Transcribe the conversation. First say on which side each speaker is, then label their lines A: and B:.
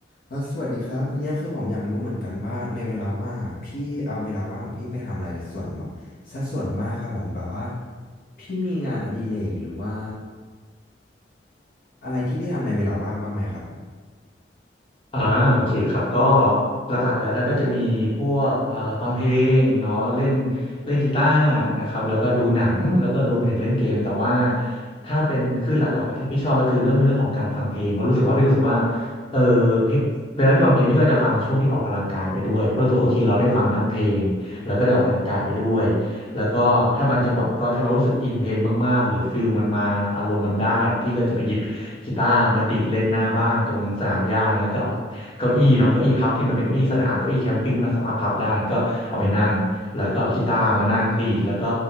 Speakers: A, on the left (about 55°); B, on the left (about 30°).
A: เอ่ะสวัสดีครับอันเนี้ยคือผมอยากรู้เหมือนกันว่าในเวลาว่างอะพี่เอาเวลาว่างของพี่ไปทำอะไรส่วนซะส่วนมากครับผมแบบว่าพี่มีงานอดิเรกหรือว่าอะไรที่พี่ทำในเวลาว่างบ้างไหมครับผม
B: อ่าโอเคครับก็หลักๆแล้วนะก็จะมีพวกเอ่อฟังเพลงเนาะเล่นเล่นกีตาร์นะครับแล้วก็ดูหนังแล้วก็รวมไปถึงเล่นเกมแต่ว่าถ้าเป็นคือหลักๆอะที่พี่ชอบก็คือเรื่องเรื่องของการฟังเพลงเพราะรู้สึกว่าพี่รู้สึกว่าเออเพลงเวลาพี่ฟังเพลงพี่ก็จะฟังช่วงที่ออกกำลังกายไปด้วยเพราะรู้สึกว่าโอเคเราได้ฟังทั้งเพลงแล้วก็ได้ออกกำลังกายไปด้วยแล้วก็ถ้าบางจังหวะก็ถ้าเรารู้สึกอินเพลงมากๆหรือฟิลมันมาอารมณ์มันได้พี่ก็จะไปหยิบกีตาร์มาดีดเล่นหน้าบ้านตรงสนามหญ้าอย่างเงี้ยแล้วก็เอา เก้าอี้เนาะเก้าอี้พับที่มันเป็นเก้าอี้สนามเก้าอี้แคมปิ้งที่มันสามารถพับได้ก็เอาไปนั่งแล้วก็เอากีตาร์มานั่งดีดแล้วก็
A: อ่า